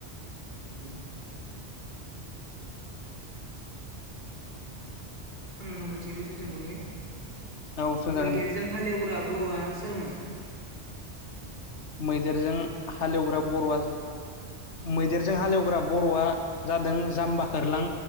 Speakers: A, on the right; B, on the left.
A: उम। आं नोंनाव मोनसे कुइसन सोंबावनि
B: औ सोंजागोन
A: मैदेरजों
B: दे
A: हालेवग्रा बर'आ सोरमोन?
B: मैदेरजों हालेवग्रा बर'आ मैदेरजों हालेवग्रा बर'आ जादों जाम्बाहोरलां